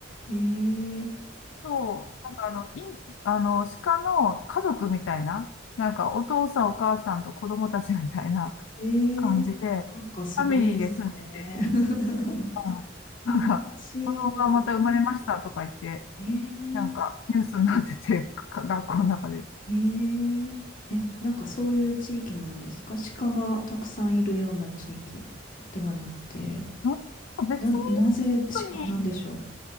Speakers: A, on the left; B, on the left.
A: えー、
B: そう、なんかあの、イン、あの、鹿の家族みたいな、なんかお父さんお母さんと子供たちみたいな <laughs>
A: ええなんかすごいですね。
B: 感じで、ファミリーで住んでて、
A: <laughs>
B: あなんか、
A: 珍し
B: 子供がまた生まれましたとか言って、
A: い。え
B: なんかニュースになってて、か学校の中で。
A: ええええ、なんかそういう地域なんですか鹿がたくさんいるような地域ではなくて、
B: うん別に、
A: な、なぜ鹿なんでしょう
B: 本当に、